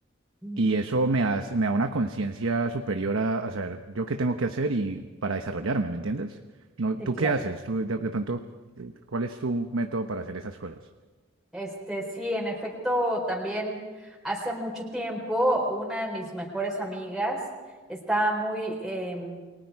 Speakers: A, in the centre; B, on the right.
A: ujú.
B: Y eso me, hace- me da una conciencia superior a, a saber yo qué tengo que hacer y para desarrollarme, ¿me entiendes? No,
A: Sí,
B: ¿tú
A: claro.
B: qué haces? Tú, de, de pronto, ¿cuál es tu método para hacer esas cosas?
A: Este, sí, en efecto, también hace mucho tiempo una de mis mejores amigas estaba muy, em,